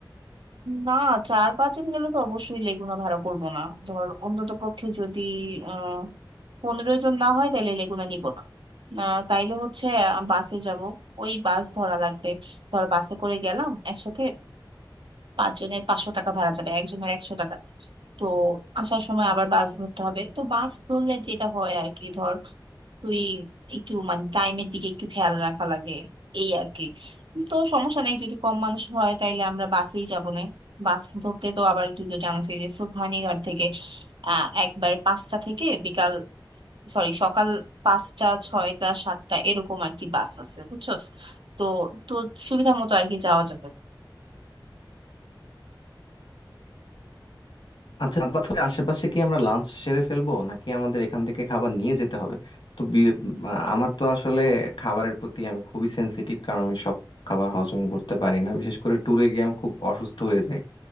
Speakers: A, on the right; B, on the left.
A: না চার পাঁচজন গেলে তো অবশ্যই লেগুনা ভাড়া করব না ধর অন্তত পক্ষে যদি আহ পনেরো জন না হয় তাহলে লেগুনা নিব না আহ, তাইলে হচ্ছে আহ, বাসে যাব ওই বাস ধরা লাগবে ধর বাসে করে গেলাম একসাথে পাঁচজনের পাঁচশো টাকা ভাড়া যাবে একজনের একশো টাকা তো আসার সময় আবার বাস ধরতে হবে তো বাস ধরলে যেটা হয় আর কি ধর তুই একটু মানে টাইমের দিকে একটু খেয়াল রাখা লাগে এই আর কি তো সমস্যা নেই যদি কম মানুষ হয় তাইলে আমরা বাসেই যাবো না বাস ধরতে তো আবার তুই তো জানিস যে সুবহানীঘাট থেকে আহ একবার পাঁচটা থেকে বিকাল সরি সকাল পাঁচটা ছয়টা সাতটা এরকম আর কি বাস আছে বুঝছো তো তো সুবিধা মতো আর কি যাওয়া যাবে
B: আচ্ছা চাঁদপাথরের আশেপাশে কি আমরা লাঞ্চ সেরে ফেলবো নাকি আমাদের এখান থেকে খাবার নিয়ে যেতে হবে তো বি- আহ, আমার তো আসলে খাবারের প্রতি আমি খুবই সেনসিটিভ কারণ আমি সব খাবার হজম করতে পারি না বিশেষ করে ট্যুরে গিয়ে আমি খুব অসুস্থ হয়ে যাই